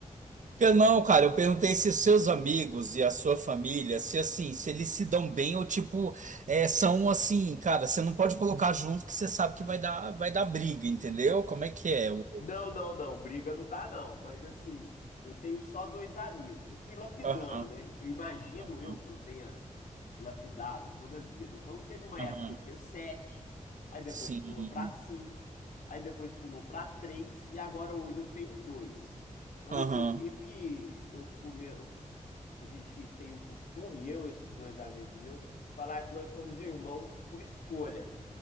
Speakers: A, on the right; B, on the left.
A: Eu Não, cara, eu perguntei se os seus amigos e a sua família, se assim, se eles se dão bem ou tipo, é, são assim, cara, você não pode colocar junto que você sabe que vai dar, vai dar briga, entendeu? Como é que é? O-
B: Não, não, não, briga não dá não, mas assim, eu tenho só dois amigos. Eu fui lapidando,
A: Aham,
B: né? Eu imagino
A: aham,
B: eu que eu tenha lapidado toda a vida. Então teve uma
A: aham.
B: época que eu tinha sete, aí depois
A: Sim.
B: pulou para cinco, aí depois pulou para três e agora hoje eu tenho dois. Então,
A: Aham.
B: inclusive, eu come... eu- a gente tem um costume, eu e esses dois amigos meus, falar que nós somos irmãos por escolha,